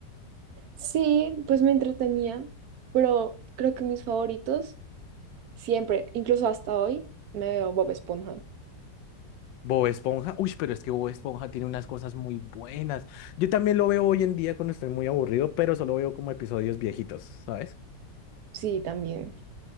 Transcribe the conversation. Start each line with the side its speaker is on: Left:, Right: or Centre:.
Right: Sí, pues me entretenía, pero creo que mis favoritos siempre, incluso hasta hoy, me veo Bob Esponja.
Left: Bob Esponja, uy, pero es que Bob Esponja tiene unas cosas muy buenas. Yo también lo veo hoy en día cuando estoy muy aburrido, pero solo veo como episodios viejitos, ¿sabes?
Right: Sí, también.